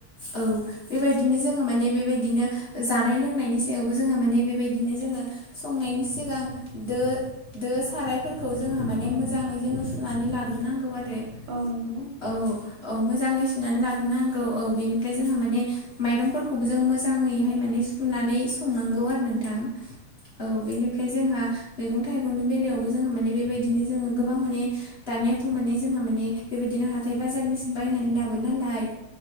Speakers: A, on the left; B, on the right.
A: औ बेबायदिनो जोहा माने बेबायदिनो जानाय लोंनायनि सायावबो जोहा माने बेबायदिनो जोङो संनायनि सिगां दो दो सारायफोरखौ जोंहा माने
B: औ
A: मोजाङै जोङो सुनानै लाग्रोनांगौ आरो
B: औ नंगौ।
A: औ औ मोजाङै सुनानै लाग्रोनांगौ औ बेनिफ्राय जोंहा माने माइरंफोरखौबो जों मोजाङै
B: औ
A: हाय माने सुनानै संनांगौ आरो नोंथां औ बेनि फ्राय जोंहा मैगं थाइगंनि बेलायावबो जोंहा माने बेबायदिनो जोङो गोबां माने दानियाथ' माने जोंहा माने बेबायदिनो हाथाय बाजारनिसो बायनानै लाबो नालाय